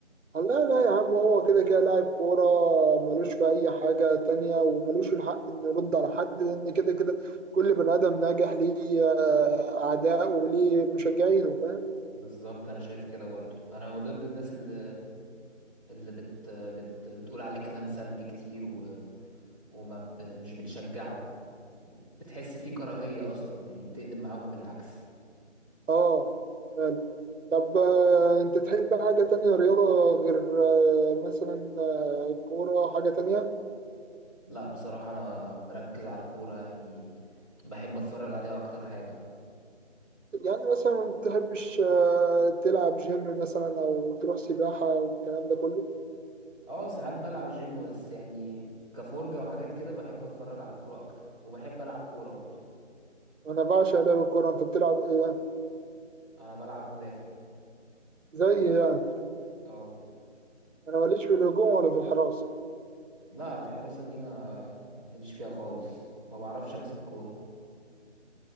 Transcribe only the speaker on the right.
قال لا لا يا عم هو كده كده لاعب كورة ملوش في أي حاجة تانية وملوش الحق إنه يرد على حد لأن كده كده كل بني آدم ناجح ليه آه، أعداء وليه مشجعينه فاهم؟
آه فعلا. طب آه، أنت تحب حاجة تانية رياضة غير آه، مثلا آه، الكورة حاجة تانية؟
يعني مثلا ما بتحبش آه، تلعب جيم مثلا أو تروح سباحة والكلام ده كله؟
أنا بعشق لعب الكورة أنت بتلعب إيه؟
زي إيه يعني
انا ماليش في الهجوم ولا في الحراسه